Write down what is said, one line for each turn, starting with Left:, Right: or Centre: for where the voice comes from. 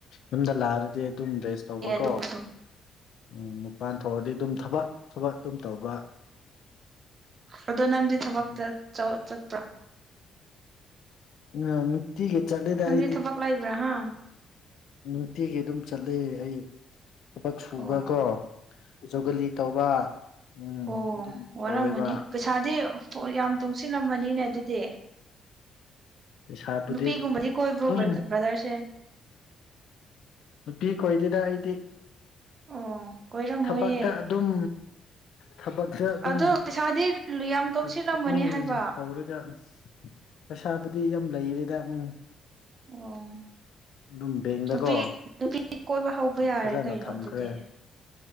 Left: ꯌꯨꯝꯗ ꯂꯥꯔꯗꯤ ꯑꯗꯨꯝ ꯔꯦꯁ ꯇꯧꯕꯀꯣ
Right: ꯑꯦ ꯑꯗꯨꯁꯨ
Left: ꯎꯝ ꯄꯥꯟ ꯊꯣꯛꯔꯗꯤ ꯑꯗꯨꯝ ꯊꯕꯛ ꯊꯕꯛ ꯑꯗꯨꯝ ꯇꯧꯕ
Right: ꯑꯗꯣ ꯅꯪꯗꯤ ꯊꯕꯛꯇ
Left: ꯎꯝ
Right: ꯆ ꯆꯣ ꯆꯠꯄ꯭ꯔꯥ
Left: ꯑ ꯅꯨꯇꯤꯒꯤ ꯆꯠꯂꯦꯗ
Right: ꯅꯪꯗꯤ
Left: ꯑꯩꯗꯤ
Right: ꯊꯕꯛ ꯂꯩꯕ꯭ꯔꯥ ꯍꯥ
Left: ꯅꯨꯡꯇꯤꯒꯤ ꯑꯗꯨꯝ ꯆꯠꯂꯦ ꯑꯩ ꯊꯕꯛ ꯁꯨꯕꯀꯣ
Right: ꯑꯣ
Left: ꯖꯨꯒꯂꯤ ꯇꯧꯕ ꯎꯝ
Right: ꯑꯣ
Left: ꯑꯗꯨꯝ
Right: ꯋꯥꯔꯝꯃꯅꯤ
Left: ꯇꯧꯋꯦꯕ
Right: ꯄꯩꯁꯥꯗꯤ ꯑ ꯌꯥꯝ ꯇꯨꯡꯁꯤꯜꯂꯝꯃꯅꯤꯅꯦ ꯑꯗꯨ ꯗꯤ
Left: ꯄꯩꯁꯥꯕꯨꯗꯤ
Right: ꯅꯨꯄꯤꯒꯨꯝꯕꯗꯤ ꯀꯣꯏꯕ꯭ꯔꯣ
Left: ꯑꯗꯨꯝ
Right: ꯕ꯭ꯔ ꯕ꯭ꯔꯥꯗꯔꯁꯦ
Left: ꯅꯨꯄꯤ ꯀꯣꯏꯗꯦꯗꯥ ꯑꯩꯗꯤ
Right: ꯑꯣ ꯀꯣꯏꯔꯝꯃꯣꯏꯌꯦ
Left: ꯊꯕꯛꯇ ꯑꯗꯨꯝ ꯊꯕꯛꯇ ꯑꯗꯨꯝ
Right: ꯑꯗꯣ ꯄꯩꯁꯥꯗꯤ ꯌꯥꯝ ꯇꯣꯡꯁꯤꯜꯂꯝꯃꯅꯤ
Left: ꯇꯨ ꯄꯨꯛꯅꯤꯡ
Right: ꯍꯥꯏꯕ
Left: ꯇꯧꯔꯒ ꯄꯩꯁꯥꯕꯨꯗꯤ ꯌꯥꯝ ꯂꯩꯔꯦꯗꯥ ꯎꯝ
Right: ꯑꯣ
Left: ꯑꯗꯨꯝ ꯕꯦꯡꯗꯀꯣ
Right: ꯅꯨꯄꯤ ꯅꯨꯄꯤ ꯀꯣꯏꯕ ꯍꯧꯕ ꯌꯥꯔꯦ
Left: ꯐꯖꯅ
Right: ꯀꯩꯅꯣ
Left: ꯊꯝꯈ꯭ꯔꯦ
Right: ꯑꯗꯨꯗꯤ